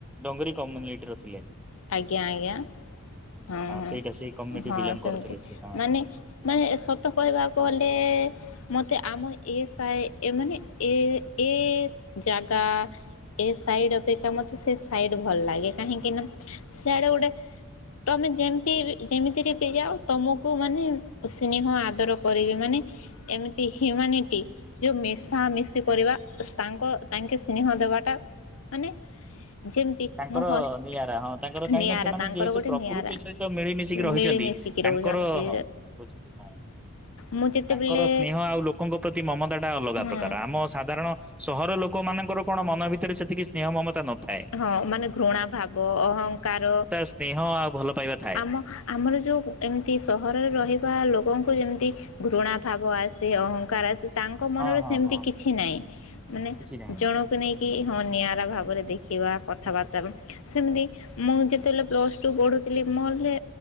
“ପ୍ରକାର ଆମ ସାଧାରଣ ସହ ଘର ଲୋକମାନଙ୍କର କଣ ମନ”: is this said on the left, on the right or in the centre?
Centre